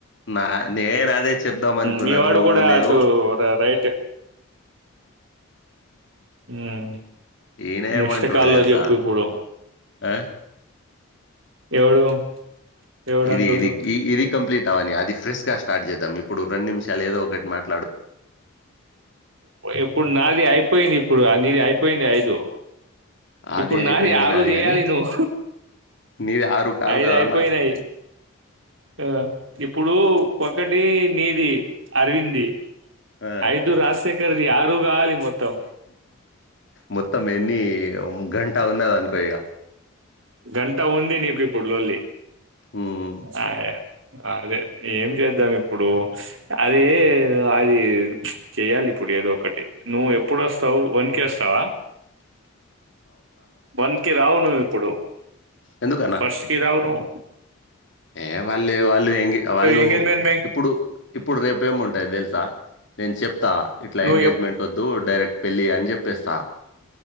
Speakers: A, on the left; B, on the right.
A: నా నేను అదే చెప్దాం అనుకున్నా
B: మీవాడు
A: నువ్వు
B: కూడా
A: లేవు
B: అటు రైట్ ఉమ్
A: ఈయన
B: నెక్స్ట్
A: ఏమంటుండు
B: కాల్లో
A: తెలుసా
B: చెప్పిప్పుడు
A: ఆ
B: ఎవడు ఎవడు
A: ఇది
B: అంటుండు
A: ఇది ఇ ఇది కంప్లీట్ అవని అది ఫ్రెష్ గా స్టార్ట్ చేద్దాం ఇప్పుడు రెండు నిమిషాలు ఏదో ఒకటి మాట
B: ఇప్పుడు నాది అయిపోయింది ఇప్పుడు ఆ నీది అయిపో పోయింది అఐదు
A: అది
B: ఇప్పుడు
A: అయిపోయింది
B: నాది ఆరు చేయాలి
A: గాని
B: నువ్వు
A: నీది ఆరు కాదు
B: ఐదు
A: కదా
B: అయిపోయినాయి
A: అన్న
B: ఆ ఇప్పుడు ఒకటి నీది అరవింద్ది
A: ఆ
B: ఐదు రాజశేఖర్ది ఆరు కావాలి మొత్తం
A: మొత్తం ఎన్ని గంట ఉన్నదనుకో ఇగ
B: గంటా ఉంది నీకు ఇప్పుడ్ లొల్లి
A: ఉమ్
B: ఆ అదే ఏం చేద్దాం ఇప్పుడు అదే అది చెయాలి ఇప్పుడు ఏదో ఒకటి నువ్వు ఎప్పుడు వస్తావు వన్కి వస్తావా
A: మ్మ్మ్
B: వన్ కి రావు నువ్వు ఇప్పుడు
A: ఎందుకన్నా
B: ఫస్ట్ కి రావు ను్వు
A: ఏ వాళ్ళు వాళ్ళు ఎి వాళ్ళు
B: ఎంగేజ్మెంట్ మే
A: ఇప్పుడు ఇప్పుడు రేపేముండ ై తెలుసా నేను చెప్ ఆ ఇట్లా
B: నువ్వు
A: ఎంగేజ్మెంట్
B: ఎప్
A: వద్దు డైరెక్ట్ పెళ్ళి అని చెప్పేస్తా